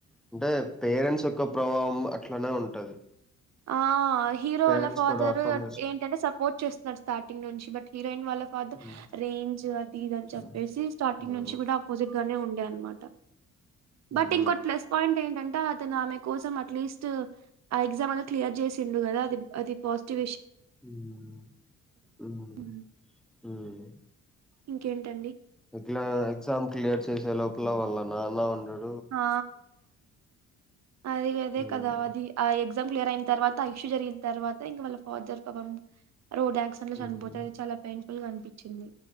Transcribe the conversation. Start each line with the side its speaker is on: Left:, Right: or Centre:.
Centre: అంటే పేరెంట్స్ యొక్క ప్రభావం అట్లానే ఉంటది
Right: ఆ హీరో
Centre: పేరెంట్స్
Right: వాళ్ళ ఫాదర్
Centre: కూడా అర్థం చేసుకు
Right: ఏంటంటే సపోర్ట్ చేస్తున్నాడు స్టార్టింగ్ నుంచి బట్ హి రోయిన్ వాళ్ళ ఫాదర్
Centre: హ్మ్
Right: రేంజ్ అది ఇది అని
Centre: హ్మ్
Right: చెప్పేసి స్టార్టింగ్
Centre: ఆ!
Right: నుంచి కూడా ఆపోజిట్ గానే ఉండే అనమాట
Centre: హ్మ్
Right: బట్ ఇంకో ప్లస్ పాయింట్ ఏంటంటే ఆ తే ఆమె కోసం అట్లెస్ట్ ఆ ఎగ్జా అనా క్లియర్ చేసిండుద అది అది పాజిటివ్ విష
Centre: మ్ మ్
Right: హ్మ్. ఇంకేంటండి
Centre: ఇట్లా ఎగజామ్ క్లియర్ చేసే లో పలా వల నానా ఉండదు
Right: ఆ అది అదే
Centre: ఉమ్
Right: కదా అది ఆ ఎ ఎగ్జా క్లియర్ అయిన తర్వాత ఇక్షు జరిగిన తర్వాత ఇంకా వాళ్ళ ఫాదర్ పాపం రోడ్ యాక్సిడెంట్ లో చనిపోతే
Centre: ఉమ్
Right: అది చాలా పెయిన్ ఫుల్ గా అనిపించింది